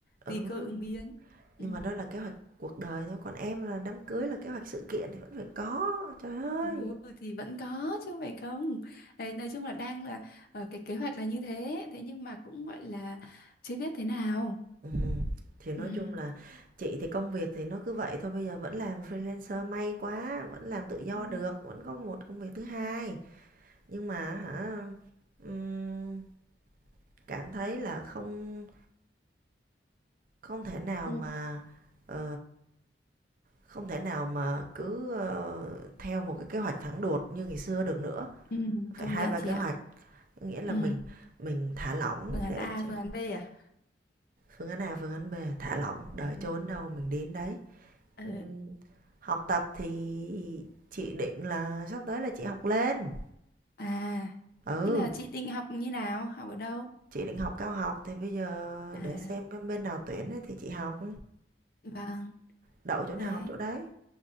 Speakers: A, on the right (about 50°); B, on the left (about 55°).
A: Ừ,
B: tùy cơ ứng biến
A: nhưng
B: ừ.
A: mà đó là kế hoạch cuộc đời thôi, còn em là đám cưới là kế hoạch sự kiện thì vẫn phải có. Trời ơi.
B: ừ thì vẫn có chứ không phải không đấy nói chung là đang là ờ, cái kế hoạch là như thế thế nhưng mà cũng gọi là chưa biết thế nào
A: Ừm, thì nói
B: ừ.
A: chung là chị thì công việc thì nó cứ vậy thôi, bây giờ vẫn làm freelancer may quá, vẫn làm tự do
B: Ừ.
A: được, vẫn có một công việc thứ hai. Nhưng mà hả, ừm, cảm thấy là không không thể nào
B: Ừ.
A: mà ờ, không thể nào mà cứ ờ, theo một cái kế hoạch thẳng đuột như ngày xưa được nữa.
B: Ừ,
A: Phải
B: công
A: hai
B: nhận
A: ba
B: chị
A: kế
B: ạ.
A: hoạch, nghĩa là
B: Ừ.
A: mình mình thả lỏng
B: Phương án
A: để
B: A,
A: cho
B: phương án B à?
A: Phương án A, phương án B, thả lỏng, đời
B: Ừ.
A: trốn đâu mình đến đấy.
B: Ờ.
A: Ừm, học tập thì chị định là sắp tới là chị học lên.
B: À,
A: Ừ,
B: thế là
A: Ừ.
B: chị định học như nào? Học ở đâu?
A: chị định học cao học thì bây giờ
B: À,
A: để xem cái bên nào tuyển ấy thì chị học,
B: vâng,
A: đậu chỗ nào
B: đấy.
A: học chỗ đấy.